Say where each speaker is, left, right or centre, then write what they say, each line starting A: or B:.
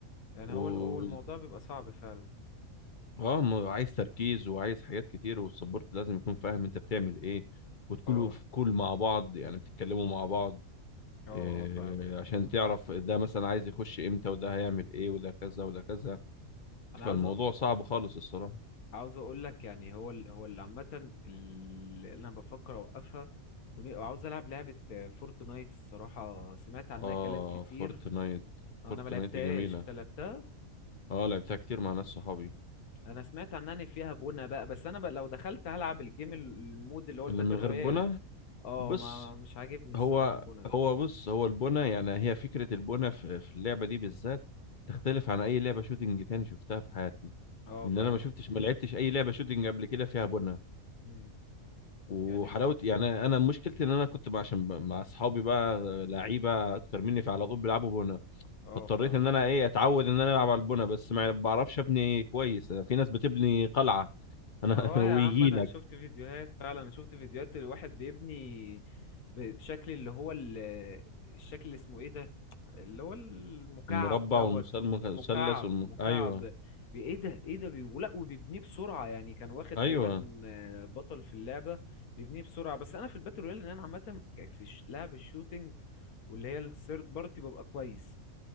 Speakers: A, on the left; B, on the left.
A: يعني
B: و
A: هو ال- هو الموضوع بيبقى صعب فعلا
B: اه ما هو عايز تركيز وعايز حاجات كتير والسبورت لازم يكون فاهم انت بتعمل ايه وتكونوا
A: اه
B: في كول مع بعض يعني بتتكلموا مع بعض
A: اه
B: إيه
A: اه فاهمك
B: عشان تعرف ده مثلا عايز يخش امتى وده هيعمل ايه وده كذا وده كذا فالموضوع
A: انا عاوز
B: صعب خالص الصراحة
A: عاوز اقول لك يعني هو ال... هو اللي عامه اللي انا بفكر اوقفها ون- وعاوز العب لعبه آه، فورتنايت الصراحه سمعت عنها
B: اه
A: كلام كتير
B: فورتنايت
A: انا
B: فورتنايت
A: ما لعبتهاش
B: جميلة
A: انت لعبتها
B: اه لعبتها كتير مع ناس صحابي
A: انا سمعت عنها ان فيها بونة بقى بس انا بقى لو دخلت هلعب الجيم ال- المود اللي هو الباتل
B: اللي من
A: رويال
B: غير بنا
A: اه
B: بص
A: ما مش عاجبني الصراحه
B: هو
A: البونة ده
B: هو بص هو البنا يعني هي فكرة البنا في في اللعبة دي بالذات تختلف عن أي لعبة شوتينج تاني شفتها في حياتي
A: اه
B: لأن
A: فاهمك
B: أنا ما شفتش ما لعبتش أي لعبة شوتينج قبل كده فيها بنا
A: مم.
B: وحلاوة
A: يعني
B: يعني أنا مشكلتي إن أنا كنت بقى عشان ب- مع أصحابي بقى لعيبة أكتر مني فعلى طول بيلعبوا بنا
A: اه
B: فاضطريت
A: فاهمك
B: إن أنا إيه أتعود إن أنا ألعب على البنا بس ما بعرفش أبني كويس أنا في ناس بتبني قلعة أنا
A: اه
B: <laughs>
A: يا
B: ويجيلك
A: عم انا شفت فيديوهات فعلا انا شفت فيديوهات الواحد بيبني ب- بشكل اللي هو ال- الشكل اللي اسمه ايه ده اللي هو المكعب
B: المربع
A: دوت
B: والمثال- والمثلث
A: مكعب
B: والم...
A: مكعب
B: ايوه
A: ب- ايه ده ايه ده بي... ولا وبيبنيه بسرعة يعني كان واخد
B: ايوه
A: تقريبا آه، بطل في اللعبة بيبنيه بسرعة بس انا في الباتل رويال ان انا عامة ك- في ش- لعب الشوتينج واللي هي الثيرد بارتي ببقى كويس